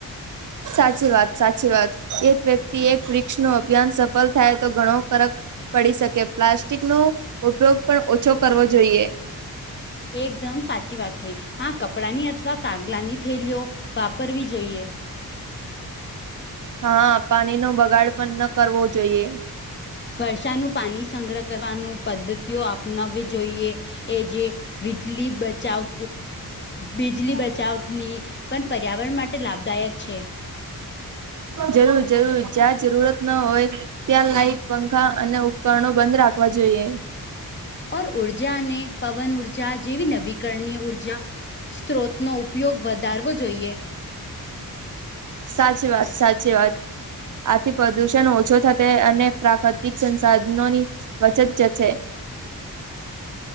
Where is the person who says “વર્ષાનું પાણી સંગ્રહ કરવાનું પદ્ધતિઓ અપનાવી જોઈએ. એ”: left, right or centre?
Left